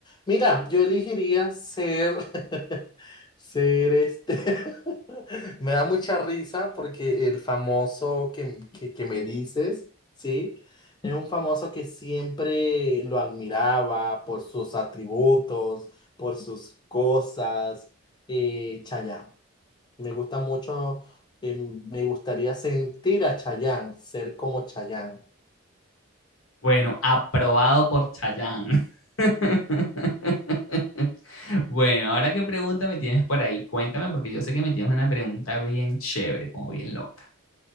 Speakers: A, on the left; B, on the left.
A: Mira, yo elegiría ser, <laughs> ser este. <laughs> Me da mucha risa porque el famoso que, que, que me dices, ¿sí? Es un famoso que siempre lo admiraba por sus atributos, por sus cosas. Eh, Chayanne. Me gusta mucho, eh, me gustaría sentir a Chayanne, ser como Chayanne.
B: Bueno, aprobado por Chayanne. <laughs> Bueno, ahora qué pregunta me tienes por ahí, cuéntame, porque yo sé que me tienes una pregunta bien chévere, como bien loca.